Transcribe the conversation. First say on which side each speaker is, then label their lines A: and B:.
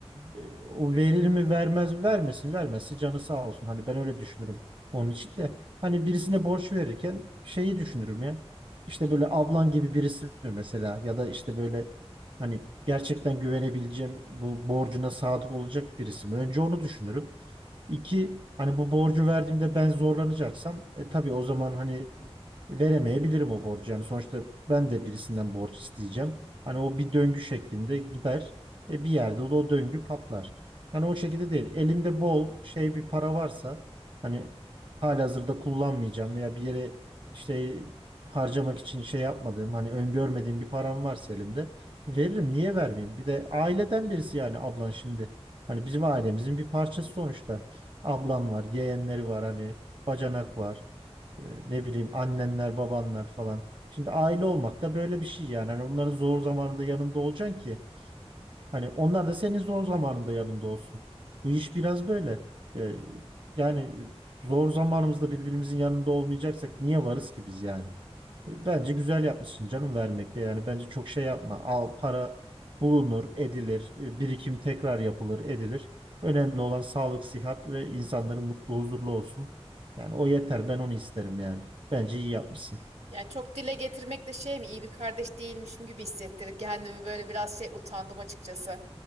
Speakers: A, on the right (about 50°); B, on the right (about 75°).
A: E, O verir mi vermez mi vermesin vermezse canı sağ olsun. Hani ben öyle düşünürüm onun için de. Hani birisine borç verirken şeyi düşünürüm ya. İşte böyle ablan gibi birisi mi mesela ya da işte böyle hani gerçekten güvenebileceğim bu borcuna sadık olacak birisi mi? Önce onu düşünürüm. İki hani bu borcu verdiğimde ben zorlanacaksam e, tabii o zaman hani veremeyebilirim o borcu. Yani sonuçta ben de birisinden borç isteyeceğim. Hani o bir döngü şeklinde gider. E, bir yerde de o döngü patlar. Hani o şekilde değil. Elimde bol şey bir para varsa hani halihazırda kullanmayacağım veya bir yere işte harcamak için şey yapmadığım hani öngörmediğim bir param varsa elimde veririm. Niye vermeyeyim? Bir de aileden birisi yani ablan şimdi. Hani bizim ailemizin bir parçası sonuçta. Ablan var, yeğenleri var hani bacanak var. e, ne bileyim annenler, babanlar falan. Şimdi aile olmak da böyle bir şey yani. Hani onların zor zamanında yanında olacaksın ki Hani onlar da senin zor zamanında yanında olsun. Bu iş biraz böyle. Ee, yani zor zamanımızda birbirimizin yanında olmayacaksak niye varız ki biz yani? E, Bence güzel yapmışsın canım vermekte. Yani bence çok şey yapma. Al para bulunur, edilir. E, Birikim tekrar yapılır, edilir. Önemli olan sağlık, sıhhat ve insanların mutlu, huzurlu olsun. Yani o yeter. Ben onu isterim yani. Bence iyi yapmışsın.
B: Yani çok dile getirmekle şey mi iyi bir kardeş değilmişim gibi hissettirdi. Kendimi böyle biraz şey utandım açıkçası.